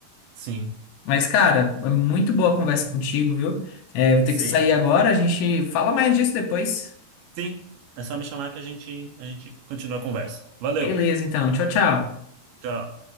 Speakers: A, on the right; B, on the left.
A: sim,
B: Mas, cara, é muito boa a conversa contigo, viu? É, vou ter
A: sim.
B: que sair agora, a gente fala mais disso depois.
A: Sim, é só me chamar que a gente, a gente continua a conversa. Valeu,
B: Beleza, então. Tchau, tchau.
A: tchau.